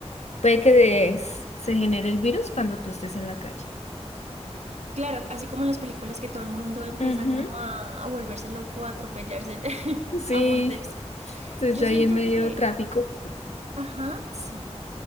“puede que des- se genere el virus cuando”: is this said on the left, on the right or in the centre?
Left